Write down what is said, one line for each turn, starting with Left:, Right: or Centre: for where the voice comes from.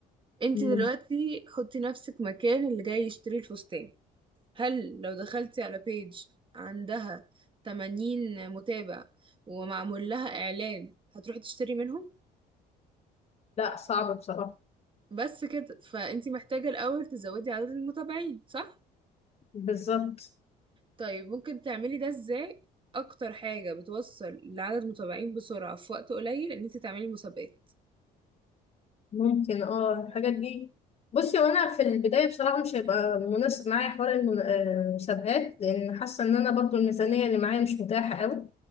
Right: انت
Left: مم.
Right: دلوقتي حطي نفسك مكان اللي جاي يشتري الفستان هل لو دخلتي على بيج عندها 80 متابع ومعمول لها إعلان هتروحي تشتري منهم
Left: لا صعب بصراحة
Right: بس كده فانت محتاجة الأول تزودي عدد المتابعين صح؟
Left: بالظبط
Right: طيب ممكن تعملي ده ازاي؟ أكتر حاجة بتوصل لعدد متابعين بسرعة في وقت قليل إن انت تعملي مسابقات
Left: ممكن اه الحاجات دي بصي وانا في البدايه بصراحه مش هيبقى مناسب معايا حوار المن- آه، المسابقات لان حاسه ان انا برضو الميزانيه اللي معايا مش متاحه قوي